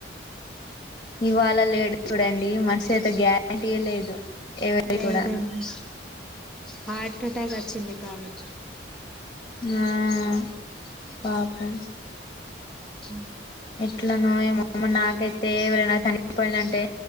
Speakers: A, on the left; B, in the centre.
A: ఇవాళ లేడు చూడండి. మనిషయితే గ్యారంటీయే లేదు. ఎవర్ది
B: లేదండి
A: కూడా.
B: హార్ట్ ఎటాక్ వచ్చింది కాచ్చ
A: ఉ పాపం
B: ఉ
A: ఎట్లనో ఏమో నాకైతే ఎవరైనా చనిపోయిన అంటే